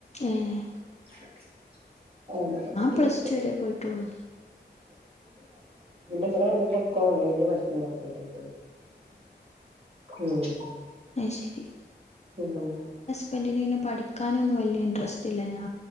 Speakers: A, on the left (about 40°); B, on the right (about 35°).
A: ഏഹ്.
B: <unintelligible> പിന്നെ പിന്നെ
A: പ്ലസ് ടു വരെ പോയിട്ടുള്ളൂ
B: ഇബടെ വന്നിട്ട് ഒക്കെ ഓൺലൈനിൽ പഠിക്കേണ്ട <unintelligible> ഉം
A: അയ് ശെ
B: ഉം
A: എൻ്റെ പിന്നെ പഠിക്കാനൊന്നും വലിയ ഇൻട്രസ്റ്റില്ല ഞാ